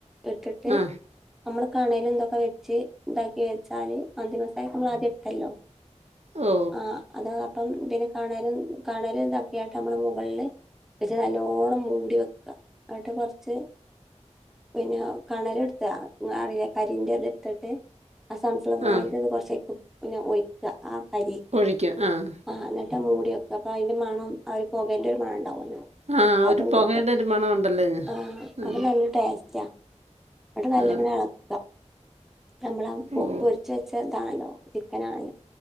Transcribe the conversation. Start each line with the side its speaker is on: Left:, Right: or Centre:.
Centre: ഇട്ടിട്ട്
Right: ആ
Centre: നമ്മുടെ കണേൽ എന്തൊക്കെ വെച്ച് ഇണ്ടാക്കി വെച്ചാല് മന്തിമസമാല നമ്മൾ ആദ്യം ഇട്ടല്ലോ
Right: ഓ
Centre: ആ അത ഇപ്പം ഇതിനെ കാണനും കാണലുംക്കെയാട്ട് നമ്മുടെ മുകളില് വെച്ച് നല്ലോണ്ണം മൂടി വെക്കുക എന്നിട്ട് കുറച്ച് പിന്നെ കണേല എടുത്ത കരീന്റെ ഇത് എടുത്തിട്ട് ആ സൺഫ്ലവർ
Right: ആ
Centre: ഓയിൽന്റെ ഇത് കൊർച്ചയ്ക്കും പിന്നെ ഒഴിക്കാ ആഹ് കരി
Right: ക്കൊഴിക്ക ആഹ്
Centre: ആഹ് ഇന്നട്ട് അഹ് മൂടിവെക്ക അപ്പൊ അയ്ന്റെ മണം ആ ഒര് പൊകേന്റെ ഒരു മണണ്ടാവൊല്ലോ
Right: ആ
Centre: അതും
Right: ഒരു പുകയുടെ
Centre: കിട്ടും
Right: ഒരു മണം ഉണ്ടല്ലോ ഇതിന്.
Centre: ആഹ്
Right: ആ
Centre: അപ്പ നല്ലൊരു ടേസ്റ്റാ ന്നട്ട് നല്ലപോലെ
Right: ആ
Centre: എള ക്ക ഞമ്മളഹ് പൊ
Right: ഓ
Centre: പൊരിച്ച് വെച്ചതാണല്ലോ ചിക്കനാണല്ലോ